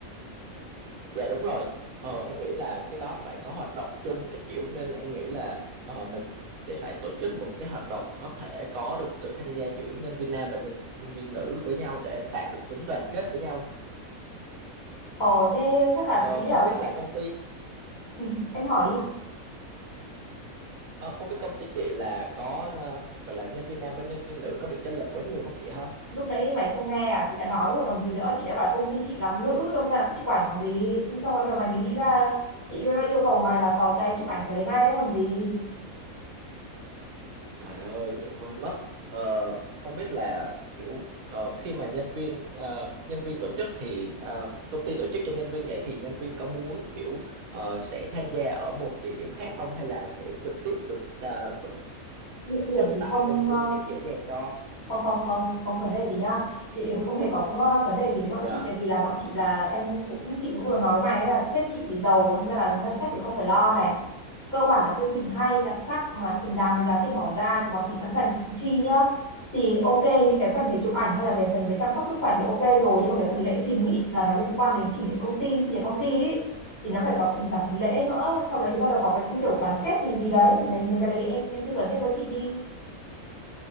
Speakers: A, on the right (about 75°); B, on the left (about 40°).
A: Dạ đúng rồi. Ờ, em nghĩ là cái đó phải có hoạt động chung các kiểu nên em nghĩ là ờ, mình sẽ phải tổ chức một cái hoạt động có thể có được sự tham gia giữa nhân viên nam và nhân viên nữ với nhau để tạo được tính đoàn kết với nhau.
B: Ờ thế chắc là
A: Ờ,
B: chị nghĩ
A: không
B: là
A: biết là công ty
B: ừ, em hỏi đi.
A: ờ, không biết công ty chị là có ờ, gọi là nhân viên nam với nhân viên nữ có bị chênh lệch quá nhiều không chị ha?
B: lúc nãy mày không nghe à chị đã nói rồi còn gì nữa chị đã bảo công ty chị làm nữ đâm ra là cái chụp ảnh còn gì Nhưng xong rồi bắt đầu mày mới nghĩ ra chị yêu cầu mày là có cái chụp ảnh phải lấy ngay đấy còn gì
A: Trời ơi, em quên mất. Ờ, không biết là kiểu ờ, khi mà nhân viên ờ, nhân viên tổ chức thì ờ, công ty tổ chức cho nhân viên vậy thì nhân viên có muốn kiểu ờ, sẽ tham gia ở một địa điểm khác không hay là sẽ trực tiếp được ờ, tổ
B: địa điểm
A: chức
B: thì
A: tại
B: không
A: công ty
B: ờ,
A: sẽ dễ dàng cho?
B: không không không không vấn đề gì nhá địa điểm không hề có ờ, vấn đề gì với bọn
A: Dạ.
B: chị tại vì là bọn chị là em cũng chị cũng vừa nói với mày ấy là sếp chị thì giàu nên ra là ngân sách thì không phải lo này cơ bản là chương trình hay đặc sắc mà xứng đáng với giá tiền bỏ ra thì bọn chị sẵn sàng chi nhá thì ok những cái phần về chụp ảnh hay là về phần về chăm sóc sức khỏe thì ok rồi nhưng mà cái phần lễ chính ý, là nó liên quan đến kỷ niệm công ty sinh nhật công ty ý. thì nó phải có phần cả phần lễ nữa sau đấy thì bắt đầu có cái kiểu gắn kết gì gì đấy thì đấy mấy cái đấy em em tư vấn thêm cho chị đi